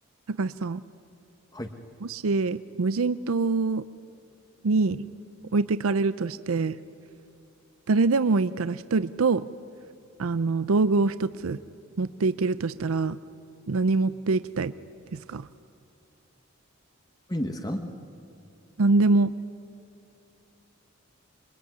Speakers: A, on the right; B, on the left.
A: 高橋さん、
B: はい。
A: もし無人島に置いてかれるとして、誰でもいいから一人と、あの、道具を一つ持っていけるとしたら、何持っていきたいですか
B: いいんですうかん
A: 何でも。